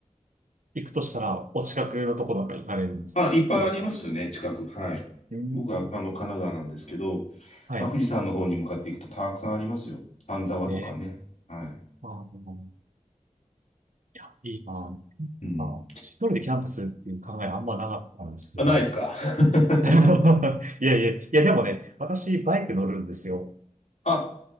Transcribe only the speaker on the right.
行くとしたら、お近くのところなんか行かれるんですか。
家か
うん
はい。
え
ー、あのいや、いいな。
あ、一人でキャンパスっていう考えあんまなかったんですけど。
<laughs> いやいや、いや、でもね、私、バイク乗るんですよ。